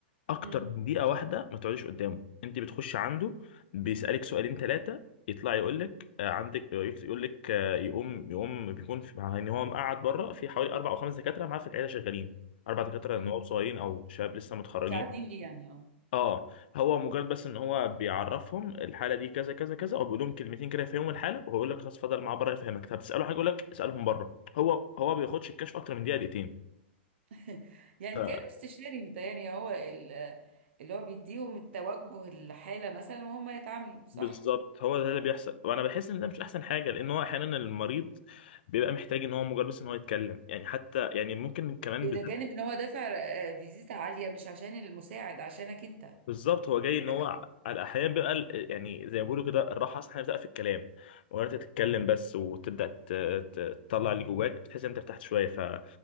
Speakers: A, on the left; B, on the right.
A: اكتر
B: امم
A: من دقيقه واحده ما تقعديش قدامه انت بتخش عنده بيسالك سؤالين ثلاثه يطلع يقول لك آه، عندك يقول لك آه، يقوم يقوم بيكون في يعني هو مقعد بره في حوالي اربع او خمس دكاتره معاه في العياده شغالين اربع دكاتره نواب
B: امم
A: صغيرين او شباب لسه متخرجين
B: مساعدين ليه يعني اه
A: اه هو مجرد بس ان هو بيعرفهم الحاله دي كذا كذا كذا او بيقول لهم كلمتين كده يفهموا الحاله وهو يقول لك خلاص اتفضل معاه بره يفهمك طب تساله حاجه يقول لك اسالهم بره هو هو ما بياخدش الكشف اكتر من دقيقه دقيقتين
B: <laughs> يعني
A: ف-
B: كانه استشاري متهيألي هو ال- اللي هو بيديهم التوجه الحالة مثلا وهم يتعاملوا صح
A: بالظبط هو ده اللي بيحصل وانا بحس ان ده مش احسن حاجه لان هو احيانا المريض بيبقى محتاج ان هو مجرد بس ان هو يتكلم يعني حتى يعني ممكن كمان
B: إلى جانب إن هو دافع آه، فيزيتا عالية مش عشان المساعد عشانك أنت عشان
A: بالظبط هو جاي
B: أنت
A: ان هو
B: كدكتور
A: على الاحيان بيبقى ال- يعني زي ما بيقولوا كده الراحه اصلا بتبقى في الكلام وانت تتكلم بس وتبدا ت- ت- تطلع اللي جواك بتحس ان انت ارتحت شويه فهو